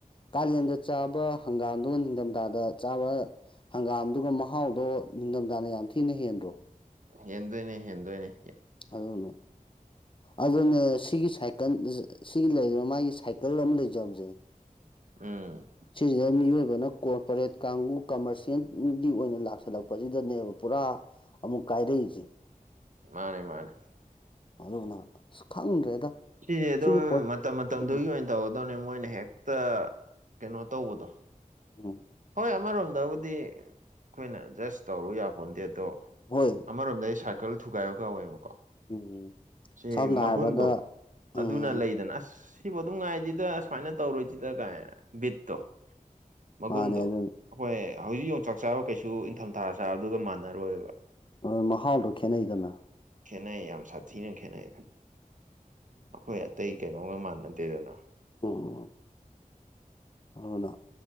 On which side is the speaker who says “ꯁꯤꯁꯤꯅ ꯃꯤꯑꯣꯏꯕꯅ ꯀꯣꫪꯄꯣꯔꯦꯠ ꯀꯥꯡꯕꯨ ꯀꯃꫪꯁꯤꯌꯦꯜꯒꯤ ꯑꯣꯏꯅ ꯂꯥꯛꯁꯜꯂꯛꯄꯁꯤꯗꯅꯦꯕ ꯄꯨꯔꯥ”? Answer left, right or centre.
Left